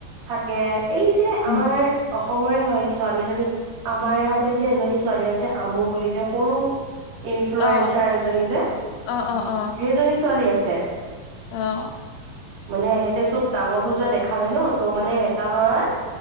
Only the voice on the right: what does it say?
থাকে, এই যে
আমাৰ অসমৰে হয়, ছোৱালীজনী আমাইৰা বুলি যে এজনী ছোৱালী আছে আমু বুলি যে সৰু ইনফ্লুৱেঞজাৰ
এজনী যে
সেইজনী ছোৱালী আছে।
মানে এহঁতে চব ডাঙৰ হৈ যোৱা দেখালে ন' ত' মানে এটা ল'ৰাৰ